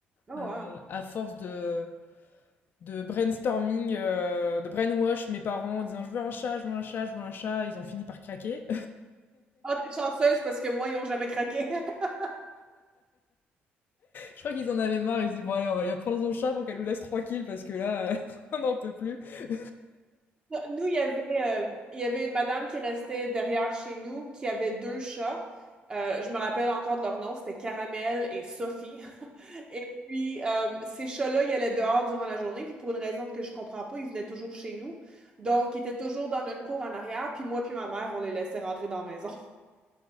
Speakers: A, on the right; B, on the left.
A: Oh,
B: Euh,
A: wow.
B: à force de, de brainstorming, euh, de brainwash mes parents en disant je veux un chat, je veux un chat, je veux un chat, ils ont fini par craquer.
A: Ah, t'es chanceuse parce que moi, ils n'ont jamais craqué. <laughs>
B: Je crois qu'ils en avaient marre, ils se disent bon allez on va lui prendre son chat pour qu'elle nous laisse tranquille parce que là euh, <laughs> on n'en peut plus. <laughs>
A: Nous, il y avait, euh, il y avait une madame qui restait derrière chez nous qui avait deux chats. Euh, je me rappelle encore de leur nom, c'était Caramel et Sophie. <laughs> Et puis, euh, ces chats-là, ils allaient dehors durant la journée, puis pour une raison que je comprends pas, ils venaient toujours chez nous. Donc, ils étaient toujours dans notre cour en arrière, puis moi puis ma mère, on les laissait rentrer dans la maison.